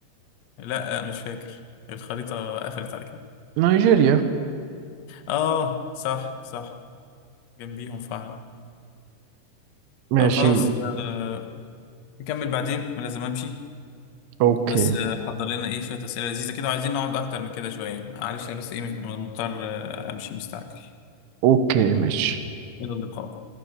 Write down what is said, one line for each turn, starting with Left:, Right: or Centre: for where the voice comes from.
Left: لا لا مش فاكر الخريطة قفلت على كده
Right: نيجيريا
Left: اه صح صح جنبيهم فعلا
Right: ماشي
Left: طب خلاص آه نكمل بعدين انا لازم امشي
Right: اوكي
Left: بس آه حضر لنا ايه شوية اسئلة لذيذة كده وعايزين نقعد اكتر من كده شوية معلش انا بس ايه مضطر آه امشي مستعجل
Right: اوكي ماشي
Left: الى اللقاء